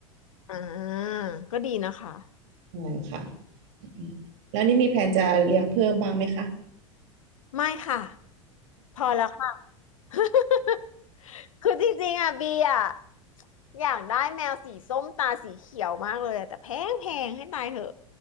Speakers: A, on the left (about 75°); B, on the right (about 60°).
A: อ่าก็ดีนะคะ
B: ใช่ค่ะอืมแล้วนี่มีแผนจะเลี้ยงเพิ่มบ้างไหมคะ
A: ไม่ค่ะพอแล้วค่ะ <laughs> คือจริงๆอ่ะบีอ่ะอยากได้แมวสีส้มตาสีเขียวมากเลยอะแต่แพงแพงให้ตายเถอะ